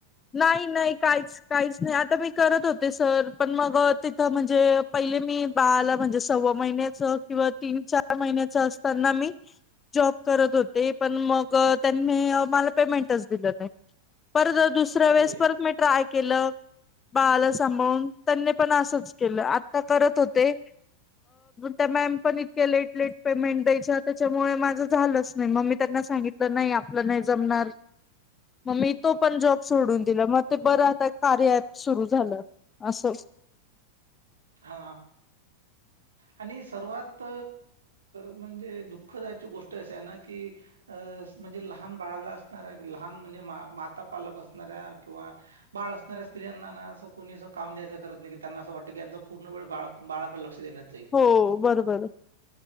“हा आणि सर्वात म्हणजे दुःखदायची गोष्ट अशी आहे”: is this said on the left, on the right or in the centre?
Right